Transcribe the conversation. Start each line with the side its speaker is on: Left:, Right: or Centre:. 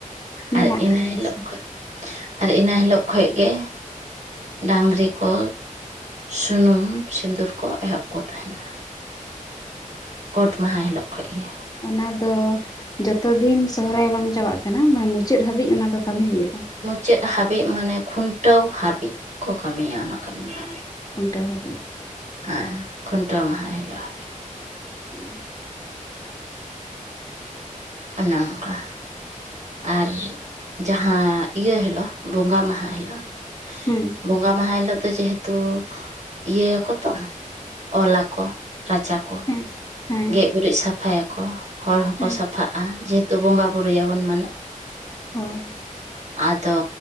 Left: ᱢᱮᱱᱟᱜᱼᱟ
Right: ᱟᱨ ᱤᱱᱟᱹ
Left: ᱟᱞᱮ
Right: ᱦᱤᱞᱳᱜ
Left: ᱥᱮᱫ
Right: ᱠᱷᱚᱡ ᱟᱨ ᱤᱱᱟᱹ ᱦᱤᱞᱳᱜ ᱠᱷᱚᱡ ᱜᱮ ᱰᱟᱹᱝᱨᱤ ᱠᱚ ᱥᱩᱱᱩᱢ ᱥᱤᱸᱫᱩᱨ ᱠᱚ ᱮᱦᱚᱵ ᱠᱚ ᱛᱟᱦᱮᱱᱟ᱾
Left: ᱩᱸ
Right: ᱠᱳᱴ ᱢᱟᱦᱟ ᱦᱤᱞᱳᱜ ᱠᱷᱚᱡ ᱜᱮ
Left: ᱚᱱᱟ ᱫᱚ ᱡᱚᱛᱚ ᱫᱤᱱ ᱥᱚᱦᱨᱟᱭ ᱵᱟᱝ ᱪᱟᱵᱟᱜ ᱠᱟᱱᱟ ᱢᱟᱱᱮ ᱢᱩᱪᱟᱹᱫ ᱦᱟᱹᱵᱤᱡ ᱚᱱᱟ ᱫᱚ ᱠᱟᱹᱢᱤ ᱦᱩᱭᱩᱜ-ᱟ᱾
Right: ᱪᱮᱫ ᱦᱟᱹᱵᱤᱡ ᱢᱟᱱᱮ ᱠᱷᱩᱱᱴᱟᱹᱣ ᱦᱟᱹᱵᱤᱡ ᱠᱚ ᱠᱟᱹᱢᱤᱭᱟ ᱚᱱᱟ ᱠᱟᱹᱢᱤ ᱫᱚ᱾
Left: ᱠᱷᱩᱱᱴᱟᱹᱣ ᱦᱟᱹᱵᱤᱡ
Right: ᱦᱮᱸ ᱠᱷᱩᱱᱴᱟᱹᱣ ᱢᱟᱦᱟᱸ ᱦᱤᱞᱚᱜ ᱦᱟᱹᱵᱤᱡ᱾
Left: ᱦᱮᱸ
Right: ᱚᱱᱮ ᱚᱝᱠᱟ ᱟᱨ ᱡᱟᱦᱟᱸ ᱤᱭᱟᱹ ᱦᱤᱞᱳᱜ ᱵᱚᱸᱜᱟ ᱢᱟᱦᱟ ᱦᱤᱞᱳᱜ
Left: ᱦᱮᱸ
Right: ᱵᱚᱸᱜᱟ ᱢᱟᱦᱟ ᱦᱤᱞᱳᱜ ᱫᱚ ᱡᱮᱦᱮᱛᱩ ᱤᱭᱟᱹ ᱟᱠᱚ ᱛᱚ ᱚᱞᱟ ᱠᱚ ᱨᱟᱪᱟ ᱠᱚ
Left: ᱦᱮᱸ ᱦᱮᱸ
Right: ᱜᱮᱡ ᱜᱩᱨᱤᱡ ᱥᱟᱯᱷᱟᱭ ᱟᱠᱚ᱾ ᱦᱚᱲ ᱦᱚᱸᱠᱚ
Left: ᱦᱮᱸ
Right: ᱥᱟᱯᱷᱟᱜ-ᱟ, ᱡᱮᱦᱮᱛᱩ ᱵᱚᱸᱜᱟ ᱵᱩᱨᱩᱭ ᱟᱵᱚᱱ ᱢᱟᱱᱮ
Left: ᱦᱳᱭ,
Right: ᱟᱫᱚ